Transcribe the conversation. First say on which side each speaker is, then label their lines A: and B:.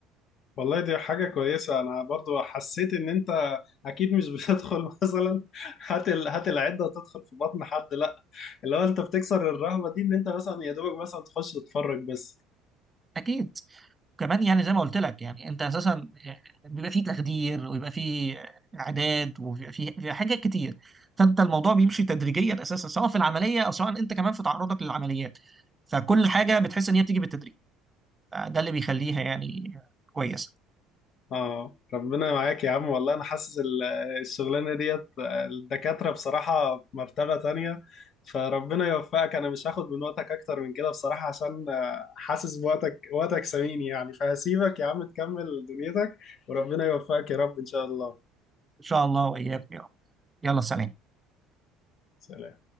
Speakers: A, on the left; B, on the right.
A: والله دي حاجة كويسة أنا برضو حسيت إن أنت أكيد مش بتدخل <laughs> مثلا هات ال... هات العدة وتدخل في بطن حد لأ اللي هو أنت بتكسر الرهبة دي إن أنت مثلا يا دوبك مثلا تخش تتفرج بس
B: اكيد كمان يعني زي ما قلت لك يعني انت اساسا بيبقى فيه تخدير ويبقى فيه اعداد وبيبقى فيه فيه حاجات كتير فانت الموضوع بيمشي تدريجيا اساسا سواء في العمليه او سواء انت كمان في تعرضك للعمليات فكل حاجه بتحس ان هي بتيجي بالتدريج فده اللي بيخليها يعني كويسه
A: آه ربنا معاك يا عم والله أنا حاسس ال- الشغلانة ديت الدكاترة بصراحة في مرتبة تانية فربنا يوفقك أنا مش هاخد من وقتك أكتر من كده بصراحة عشان آه، حاسس بوقتك وقتك ثمين يعني فهسيبك يا عم تكمل دنيتك وربنا يوفقك يا رب إن شاء الله
B: ان شاء الله واياك يا رب يلا سلام
A: سلام